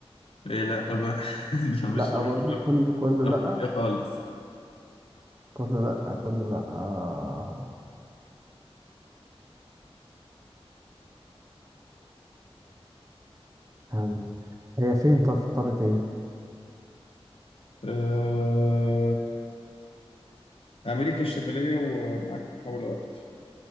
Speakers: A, on the left; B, on the right.
A: إيه لا بقى <laughs> لا مش
B: لا
A: مش
B: برضو
A: أفريقيا
B: كله كله
A: مش أفريقيا
B: لا
A: خالص
B: كله لا كله لا آه. آه، هي فين طيب في قارة ايه
A: آه، أمريكا الشمالية ومعاك محاولة واحدة